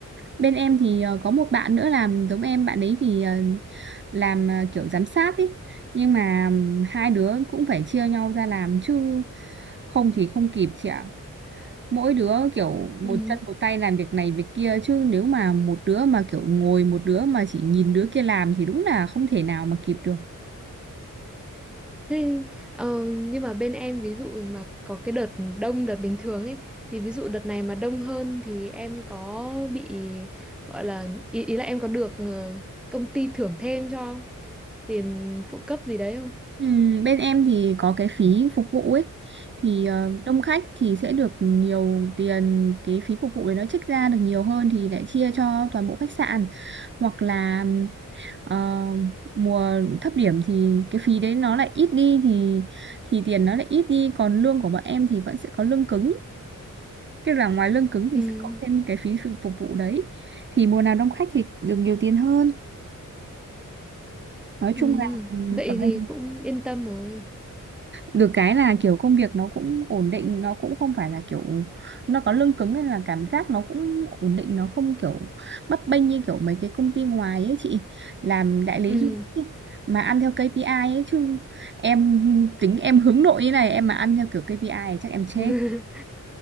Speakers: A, on the right; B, in the centre.
A: Bên em thì ờ, có một bạn nữa làm giống em, bạn ấy thì ờ, làm ờ, kiểu giám sát ấy. Nhưng mà ừm, hai đứa cũng phải chia nhau ra làm chứ không thì không kịp chị ạ. Mỗi đứa kiểu một
B: ừ.
A: chân một tay làm việc này việc kia chứ nếu mà một đứa mà kiểu ngồi một đứa mà chỉ nhìn đứa kia làm thì đúng là không thể nào mà kịp được.
B: Thế, ờ, nhưng mà bên em ví dụ mà có cái đợt đông đợt bình thường ấy thì ví dụ đợt này mà đông hơn thì em có bị gọi là ý, ý là em có được ờ, công ty thưởng thêm cho không? tiền phụ cấp gì đấy không?
A: Ừ, bên em thì có cái phí phục vụ ấy thì ờ, đông khách thì sẽ được nhiều tiền cái phí phục vụ đấy nó trích ra được nhiều hơn thì lại chia cho toàn bộ khách sạn hoặc là ờ, mùa thấp điểm thì cái phí đấy nó lại ít đi thì thì tiền nó lại ít đi còn lương của bọn em thì vẫn sẽ có lương cứng tức là ngoài lương cứng thì
B: Ừ,
A: sẽ cộng thêm cái phí phục phục vụ đấy thì mùa nào đông khách thì được nhiều tiền hơn nói
B: ừ.
A: chung là ừ,
B: Vậy
A: ở đây
B: thì cũng yên tâm rồi.
A: được cái là kiểu công việc nó cũng ổn định nó cũng không phải là kiểu nó có lương cứng nên là cảm giác nó cũng ổn định nó không kiểu bấp bênh như kiểu mấy cái công ty ngoài ấy chị làm đại lý
B: Ừ.
A: du lịch ấy, mà ăn theo KPI ấy chứ em tính em hướng nội như này em mà ăn theo kiểu KPI thì chắc em chết
B: <laughs>